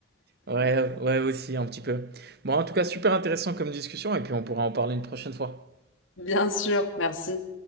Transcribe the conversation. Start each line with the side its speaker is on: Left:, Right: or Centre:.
Right: Ouais, ouais, aussi, un petit peu. Bon, en tout cas, super intéressant comme discussion, et puis on pourra en parler une prochaine fois.
Left: <laughs> bien sûr merci